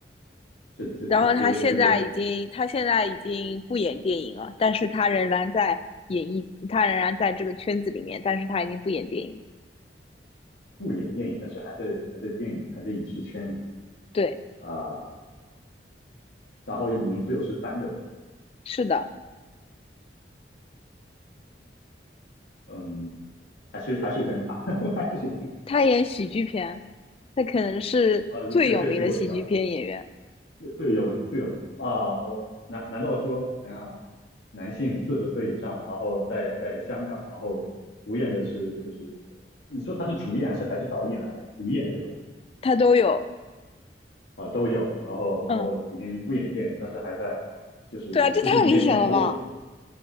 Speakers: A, on the left (about 75°); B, on the left (about 35°).
A: 这这这这个这个
B: 然后他现在已经，他现在已经不演电影了，但是他仍然在演艺，他仍然在这个圈子里面，但是他已经不演电影了。
A: 不演电影，但是还在还在电影还在影视圈里
B: 对，
A: 啊。然后又名字又是三个字，
B: 是的，
A: 嗯，还是还是有点卡，<laughs> 还是有点
B: 他演喜剧片，他可能是最有名的喜剧片演员，
A: 卡呃，对，这个这个我知道，最最有名最有名啊，我难难道说等下男性四十岁以上，然后在在香港，然后主演的是就是你说他是主演还是还是导演来着？主演对吧？
B: 他都有。
A: 啊，都有，然后然后已经不演电影了，
B: 嗯，
A: 但是还在就是就是连连导演
B: 对啊，这太明显了吧？